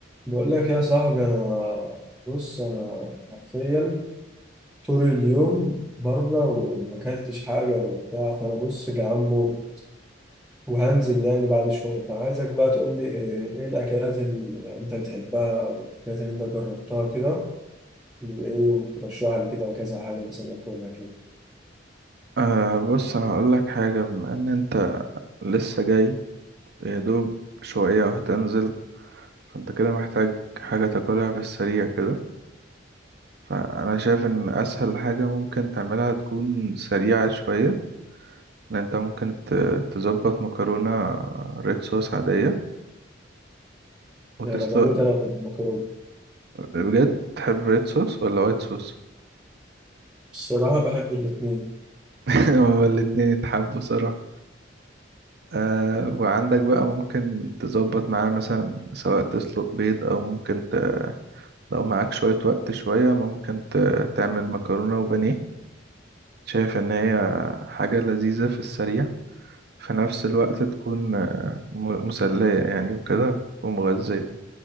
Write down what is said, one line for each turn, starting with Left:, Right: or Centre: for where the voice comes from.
Centre: بقول لك يا صاحبي انا بص انا حرفيا طول اليوم بره وما اكلتش حاجه وبتاع فانا بص جعان موت وهنزل يعني بعد شويه فعايزك بقى تقول لي ايه إيه الاكلات اللي انت بتحبها او الاكلات اللي انت جربتها كده وايه وترشح لي كده كذا حاجه مثلا اكلها كده
Right: أه بص هقول لك حاجة بما إن أنت لسه جاي يا دوب شوية وهتنزل فأنت كده محتاج حاجة تاكلها في السريع كده فأنا شايف إن أسهل حاجة ممكن تعملها تكون سريعة شوية إن أنت ممكن ت- تظبط مكرونة ريد صوص عادية وتسلق
Centre: يعني انا بموت انا في المكرونه
Right: بجد تحب ريد صوص ولا وايت صوص
Centre: الصراحه بحب الاثنين
Right: <laughs> هما الاتنين يتحبوا صراحة أه وعندك بقى ممكن تظبط معاه مثلا سواء تسلق بيض أو ممكن ت لو معاك شوية وقت شوية ممكن ت- تعمل مكرونة وبانيه شايف إن هي حاجة لذيذة في السريع في نفس الوقت تكون آه، م- مسلية يعني وكده ومغذية